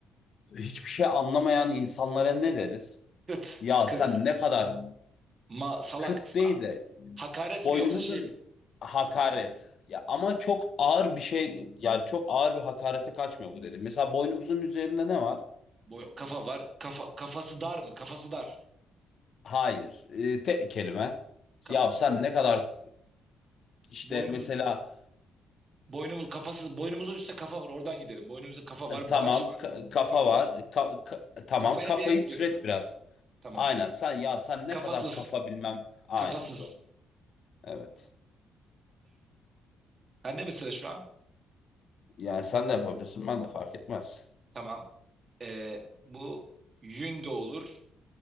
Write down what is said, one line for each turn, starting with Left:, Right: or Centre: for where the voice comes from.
Left: hiçbir şey anlamayan insanlara ne deriz?
Right: Kıt
Left: Ya
Right: kıt
Left: sen ne kadar
Right: ma salak
Left: kıt
Right: sa-
Left: değil de
Right: hakaret
Left: boynumuzun
Right: mi yoksa şey mi?
Left: hakaret. Ya ama çok ağır bir şey yani çok ağır bir hakarete kaçmıyor bu dedim. Mesela boynumuzun üzerinde ne var?
Right: Boy, kafa var. Kafa kafası dar mı? Kafası dar.
Left: Hayır. E, tek kelime.
Right: Kafa
Left: Ya sen
Right: bu
Left: ne kadar işte
Right: boynumuz
Left: mesela
Right: boynumuz kafası boynumuzun üstte kafa var. Oradan gidelim. Boynumuzda kafa var,
Left: e, tamam
Right: baş var.
Left: ka- kafa
Right: Kafa.
Left: var. E, ka- ka- tamam
Right: Kafaya
Left: kafayı
Right: bir ek mi getiriyoruz?
Left: türet biraz.
Right: Tamam.
Left: Aynen sen ya sen ne
Right: Kafasız.
Left: kadar kafa bilmem. Aynen
Right: Kafasız.
Left: doğru. Evet.
Right: Bende mi sıra şu an?
Left: Yani sen de yapabilirsin ben de fark etmez.
Right: Tamam. Ee, bu yün de olur.